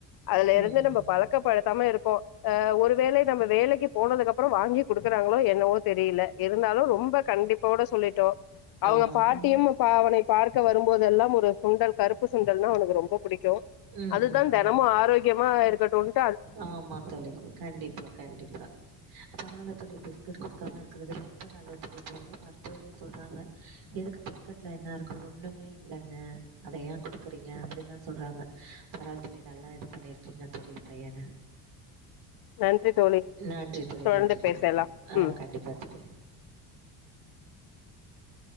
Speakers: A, on the left (about 55°); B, on the right (about 70°).
A: அதுல இருந்து
B: ம் ம்
A: நம்ம பழக்க
B: ம்
A: படுத்தாம இருக்கோம் ஆஹ் ஒரு வேலை நம்ம வேலைக்கு போனதுக்கு அப்புறம் வாங்கி கொடுக்குறாங்களோ என்னவோ தெரியல இருந்தாலும் ரொம்ப கண்டிப்போட சொல்லிட்டோம்
B: ஆ
A: அவுங்க பாட்டியும்
B: ஆ
A: பாவ உனை பார்க்க வரும்போதெல்லாம் ஒரு சுண்டல் கருப்பு சுண்டல்னா அவனுக்கு ரொம்ப புடிக்கும்
B: ம்
A: அதுதான்
B: ம்
A: தெனமும்
B: ம்
A: ஆரோக்கியமா இருக்கட்டும்
B: ஆமா தொழி கண்டிப்பா கண்டிப்பா பரவாயில்ல தொழி பிஸ்கட் கொடுக்காம இருக்கிறது ரொம்ப நல்ல தொழி இப்ப உள்ள மருத்துவரே சொல்றாங்க எதுக்கு பிஸ்கட்ல என்ன இருக்கு ஒண்ணுமே இல்லங்க அத ஏன் கொடுக்குறீங்க அப்படின்னு சொல்கிறாங்க பரவயில் தோழி நல்லா இது பண்ணியிருக்கீங்க தொழி பையன
A: நன்றி தோழி
B: நன்றி தோழி
A: தொடர்ந்து
B: நன்றி
A: பேசலா
B: தோழி ஆஹ்
A: ம்
B: கண்டிப்பா தோழி <inaudible>